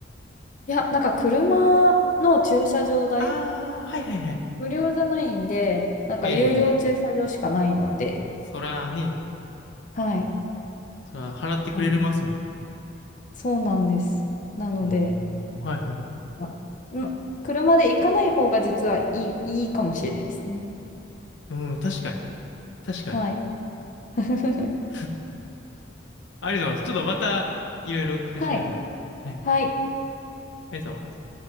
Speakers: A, on the left; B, on the left.
A: いや、なんか、車の駐車場代
B: ああー、はいはいはい。
A: 無料じゃないんで、なんか有料駐車場しかないので、
B: ええ。そらね、
A: はい。
B: そら払ってくれますもん。
A: うん、そうなんです。なので、
B: うーん、はいはい。
A: あん車で行かない方が実はいい、いいかもしれないですね。
B: うん、確かに。確かに。
A: はい。<laughs>
B: <laughs> ありがとうございます。ちょっとまた、いろいろ聞かせてください。
A: はい。
B: はい。
A: はい。
B: ありがとうございます。